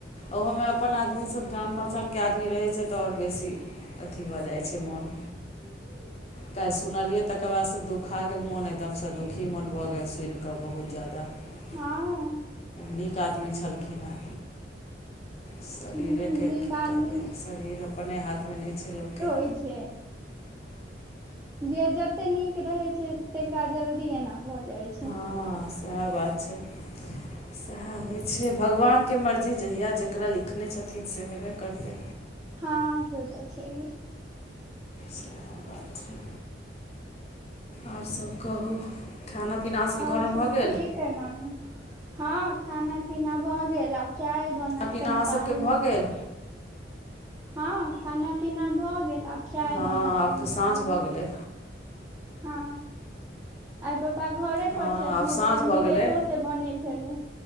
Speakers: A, on the left; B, on the right.
A: ओहोमे अपन आदमी सब जान पहचानके आदमी रहै छै तऽ आओर बेसी अथी भऽ जाइ छै मोन
B: ह <inaudible>
A: काल्हि सुनलियै तकर बाद से दुखा गेल मोन एकदमसँ दुखी मोन भऽ गेल सुनिकऽ बहुत ज्यादा दा
B: हँ
A: नीक आदमी छलखिन हेँ शरीरेके
B: हूँ नीक
A: की
B: आदमी
A: करबै शरीर अपने हाथमे नहि छै लोकके
B: कि छै जे जते नीक रहैत छै तेकरा जल्दी एना भऽ जाइत छै
A: हँ सएह बात छै सएह होइ छै भगवानके मर्जी जहिया जेकरा लिखने छथिन से हेबे करतै
B: हँ से तऽ छैहे
A: सेह बात छै आओर सभ कहू खाना पीना अहाँसभके
B: आओर
A: घरमे
B: सब
A: भऽ गेल
B: ठीक अय मामी हँ खाना पीना भऽ गेल आब चाय बनत
A: खाना पीना
B: कनी
A: अहाँसभके
B: काल मे
A: भऽ गेल
B: हँ खाना पीना भऽ गेल आब चाय
A: हँ
B: बनत
A: आब
B: कनी
A: तऽ साँझ
B: काल
A: भऽ
B: मे
A: गेलै
B: हँ आइ पप्पा घरे
A: हँ
B: पर छथि
A: आब
B: ने
A: साँझ
B: तऽ कनि
A: भऽ
B: लेटो
A: गेलै
B: से बनै भेलै